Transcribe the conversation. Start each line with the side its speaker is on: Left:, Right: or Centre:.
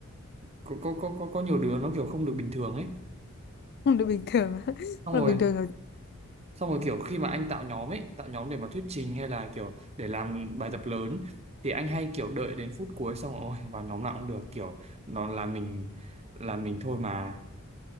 Right: có có có có, có nhiều đứa nó kiểu không được bình thường ấy
Left: không được bình thường <laughs> không
Right: xong
Left: được
Right: rồi
Left: bình thường rồi
Right: xong rồi kiểu khi mà anh tạo nhóm ấy tạo nhóm để mà thuyết trình hay là kiểu để làm bài tập lớn thì anh hay kiểu đợi đến phút cuối xong rồi ôi vào nhóm nào cũng được kiểu nó là mình là mình thôi mà